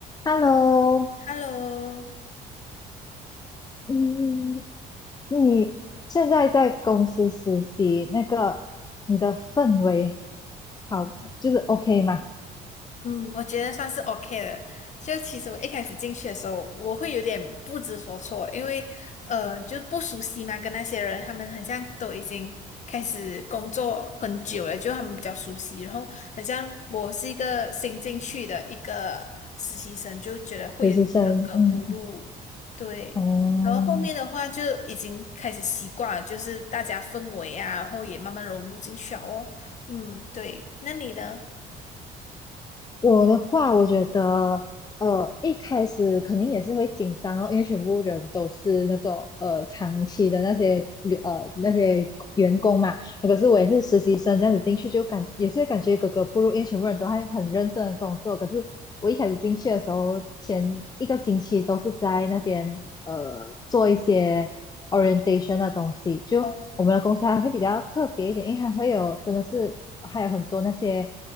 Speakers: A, on the left; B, on the left.
A: Hello，
B: Hello，
A: 嗯，你现在在公司实习，那个你的氛围好，就是 OK 吗？
B: 嗯，我觉得算是 OK 了。就其实我一开始进去的时候，我会有点不知所措，因为呃就不熟悉嘛，跟那些人他们很像都已经开始工作很久了，就他们比较熟悉。然后很像我是一个新进去的一个实习生，就觉得会有点格格不入。
A: 实习生，嗯，
B: 对，
A: 哦，
B: 然后后面的话就已经开始习惯了，就是大家氛围啊，然后也慢慢融入进去了哦。嗯，对，那你呢？
A: 我的话，我觉得，呃，一开始肯定也是会紧张哦，因为全部人都是那种呃长期的那些呃那些员工嘛，可是我也是实习生这样子进去，
B: 嗯
A: 就感也是感觉格格不入，因为全部人都还很认真的工作。可是我一开始进去的时候，前一个星期都是在那边呃做一些 orientation 的东西。就我们的公司还会比较特别一点，
B: 哦
A: 因为还会有真的是还有很多那些